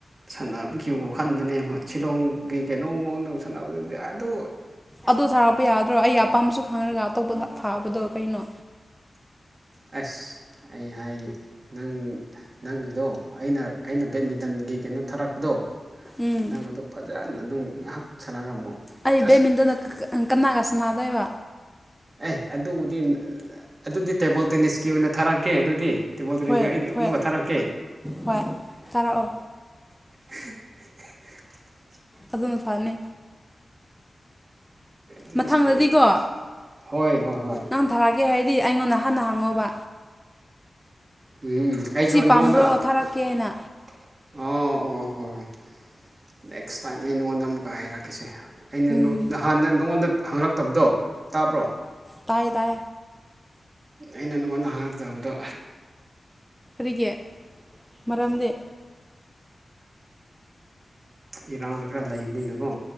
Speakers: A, on the right; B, in the centre.
A: ꯁꯥꯟꯅꯕꯈꯤꯕ ꯋꯥꯈꯟꯗꯅꯦꯕ ꯁꯤꯂꯣꯡꯩ ꯀꯩꯅꯣꯝ ꯃꯑꯣꯡꯗꯧꯁꯥꯟꯅꯕꯗꯗꯤ ꯑꯗꯨ
B: ꯑꯗꯨꯗ ꯊꯥꯔꯛꯄ ꯌꯥꯗ꯭ꯔꯣ ꯑꯩ ꯑꯄꯥꯝꯕꯁꯨ ꯈꯪꯅꯔꯒ ꯑꯇꯣꯞꯄ ꯊꯥꯕꯗꯣ ꯀꯩꯅꯣ
A: ꯑꯁ ꯑꯩ ꯍꯥꯏꯒꯦ ꯅꯪ ꯅꯪ ꯍꯥꯏꯗꯣ ꯑꯩꯅ ꯑꯩꯅ ꯕꯦꯠꯃꯤꯟꯇꯟꯒꯤ ꯀꯩꯅꯣ ꯊꯥꯔꯛꯄꯗꯣ
B: ꯎꯝ
A: ꯅꯪ ꯑꯗꯨ ꯐꯖꯅ ꯑꯗꯨꯝ ꯉꯥꯏꯍꯥꯛ ꯁꯥꯟꯅꯔꯝꯃꯣ
B: ꯑꯩ
A: ꯖꯁ
B: ꯕꯦꯃꯤꯟꯇꯅ ꯀꯅꯥꯒꯁ ꯅꯥꯗꯣꯏꯕ
A: ꯑꯦ ꯑꯗꯨꯕꯨꯗꯤ ꯑꯗꯨꯗꯤ ꯇꯦꯕꯜ ꯇꯦꯅꯤꯁꯀꯤ ꯑꯣꯏꯅ ꯊꯥꯔꯛꯀꯦ ꯑꯗꯨꯗꯤ ꯇꯦꯕꯜ ꯇꯦꯅꯤꯁꯀꯤ
B: ꯍꯣꯏ
A: ꯑꯩ ꯑꯃꯨꯛꯀ
B: ꯍꯣꯏ
A: ꯊꯥꯔꯛꯀꯦ
B: ꯍꯣꯏ ꯇꯥꯔꯛꯑꯣ
A: <inaudible>
B: ꯑꯗꯨꯝꯕ ꯐꯥꯅꯤ
A: ꯇꯦꯅꯤꯁꯀꯤ
B: ꯃꯊꯪꯗꯗꯤꯀꯣ
A: ꯑꯣꯏꯅ ꯍꯣꯏ ꯍꯣꯏ ꯍꯣꯏ
B: ꯅꯪ ꯊꯥꯔꯛꯀꯦ ꯍꯥꯏꯗꯤ ꯑꯩꯉꯣꯟꯗ ꯍꯥꯟꯅ ꯍꯥꯡꯉꯣꯕ
A: ꯎꯝ ꯑꯩꯁꯨ ꯅꯉꯣꯟꯗ
B: ꯄꯥꯝꯕ꯭ꯔꯣ
A: ꯑꯣ
B: ꯊꯥꯔꯛꯀꯦ ꯍꯥꯏꯅ
A: ꯑꯣ ꯍꯣꯏ ꯍꯣꯏ ꯅꯦꯛꯁ ꯇꯥꯏꯝ ꯑꯩ ꯅꯉꯣꯟꯗ ꯑꯃꯨꯛꯀ ꯍꯥꯏꯔꯛꯈꯤꯁꯦ ꯑꯩꯅ
B: ꯎꯝ
A: ꯅꯍꯥꯟꯗ ꯅꯉꯣꯟꯗ ꯍꯪꯂꯛꯇꯕꯗꯣ ꯇꯥꯕ꯭ꯔꯣ
B: ꯇ ꯇ
A: ꯑꯩꯅ ꯅꯉꯣꯟꯗ ꯍꯪꯉꯆꯕꯗꯣ
B: ꯔꯤꯒꯦ ꯃꯔꯥꯡꯗꯦ
A: ꯏꯔꯥꯡꯁꯨ ꯈꯔ ꯂꯩꯕꯅꯤꯅꯀꯣ